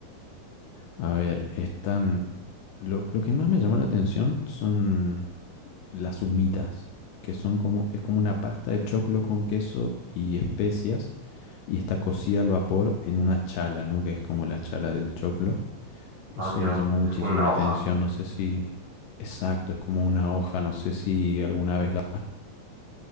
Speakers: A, on the left; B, on the right.
A: A ver, están. Lo, lo que más me llamó la atención son las humitas, que son como, es como una pasta de choclo con queso y especias y está cocida al vapor en una chala, ¿no? Que es como la chala del choclo.
B: Ah,
A: Eso
B: mira
A: me
B: vos,
A: llamó muchísimo
B: es como una
A: la
B: hoja.
A: atención, no sé si exacto, es como una hoja, no sé si alguna vez la...